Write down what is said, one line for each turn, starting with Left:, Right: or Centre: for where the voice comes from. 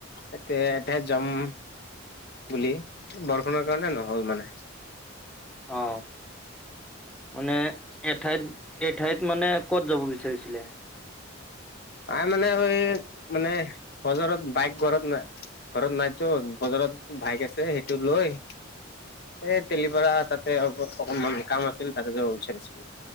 Left: এতিয়া এতিাই জম বুলি বৰষুণৰ কাৰণে নহ'ল মানে
Centre: অ মানে এঠাইত এঠাইত মানে কত যাব বিচাৰিছিলে
Left: আই মানে ঐ মানে বজাৰত বাইক ঘৰত নাই ঘৰত নাইতো বজাৰত ভাইক আছে সেইটো লৈ এই তেলি পৰা তাতে অ অকণমান জিকাম আছিল তাতে য বিচাৰিছিলো